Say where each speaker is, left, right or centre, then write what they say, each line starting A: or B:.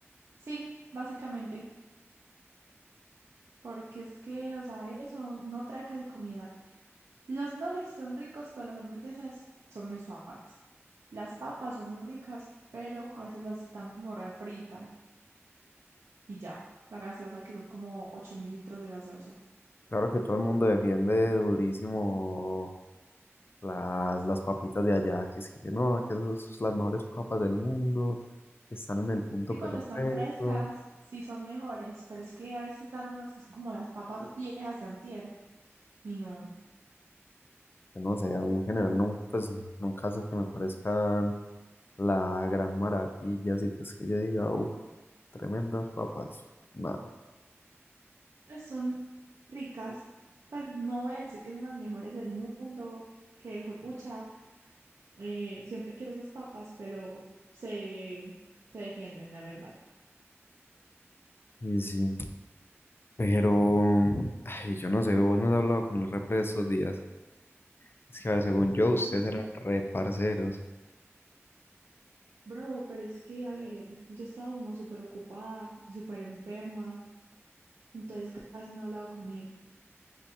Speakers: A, on the right; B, on the left.
A: Sí, básicamente. Porque es que, o sea, eso no trae casi comida. Los nuggets son ricos, pero las hamburguesas son muy suaves. Las papas son muy ricas, pero a veces las dan como refritas. y ya. La gaseosa, que son como ocho mil litros de gaseosa.
B: Claro que todo el mundo defiende durísimo Las, las papitas de allá, que es que, que no, que esas son las mejores papas del mundo, que están en el punto
A: Sí, cuando
B: perfecto.
A: están frescas, sí son mejores, pero es que a veces dan unas que son como las papas viejas de antier. Y no,
B: Yo no sé, a mí en general no, pues no casos que me parezcan la gran maravilla, así pues que yo diga, uff, tremendas papas, nada.
A: pues son ricas. Pues no voy a decir que son las mejores del mundo, que juepucha, eh, siempre quiero esas papas, pero se, se defienden, la verdad.
B: Y sí, pero, ay, yo no sé, vos no has hablado con el repre de estos días. Es que, a ver, según yo, ustedes
A: Mm,
B: eran re parceros.
A: Bro, pero es que, a ver, yo he estado como súper ocupada y súper enferma, entonces casi no he hablado con él.